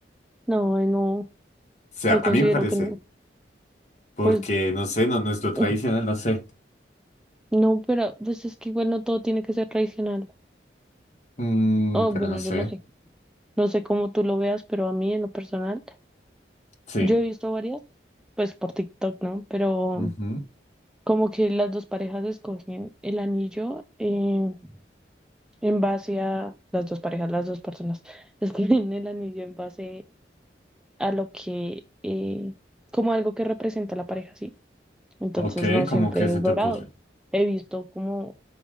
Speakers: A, in the centre; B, on the left.
A: no, ay, no.
B: sea,
A: Yo considero
B: a mí me parece,
A: que no.
B: porque
A: Pues
B: no sé, no, no es lo tradicional,
A: <laughs>
B: no sé.
A: no, pero pues es que igual no todo tiene que ser tradicional.
B: Mm,
A: Oh,
B: pero
A: bueno,
B: no sé,
A: yo no sé. No sé cómo tú lo veas, pero a mí en lo personal,
B: sí.
A: yo he visto varias, pues por TikTok, ¿no? Pero
B: Ujú.
A: como que las dos parejas escogen el anillo. eh, en base a las dos parejas, las dos personas, <laughs> escriben el anillo en base a lo que, eh, como algo que representa a la pareja, ¿sí? Entonces
B: Ok,
A: no
B: ¿cómo
A: siempre
B: que se
A: es
B: te
A: dorado.
B: ocurre?
A: He visto como